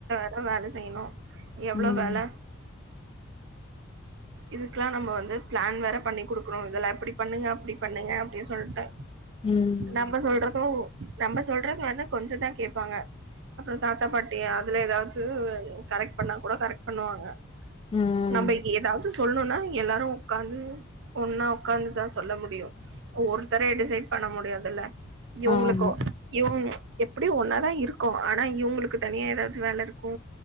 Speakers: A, on the right; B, on the left.
A: அதா வேல செய்யணூ எவ்ளே
B: ம்
A: வேல இதுக்கெல்லா நம்ம வந்து பிளான் வேற பண்ணி கொடுக்குறோ இதுலா இப்படி பண்ணுங்க அப்படி பண்ணுங்க அப்படின் சொல்ட்டே
B: ம்
A: நம்ம சொல்றதூ நம்ப சொல்ற மார் தா கொஞ்சொ தா கேட்பாங்க அப்புறோ தாத்தா பாட்டி அதுலா ஏதாவது கரெக்ட் பண்ணா கூட கரெக்ட் பண்ணுவாங்க
B: ம்
A: நம்பைக்கி ஏதாவது சொல்லணுன்னா எல்லாரூ உக்காந்து ஒன்னா உக்காந்துதா சொல்ல முடியூ ஒருத்தர டிசைட் பண்ண முடியாதுல்லா இவங்களுக்கூ
B: ஆமா
A: இவுங் எப்படியூ ஒன்னாதா இருக்கோ ஆனா இவங்களுக்கு தனியா ஏதாவது வேல இருக்கூ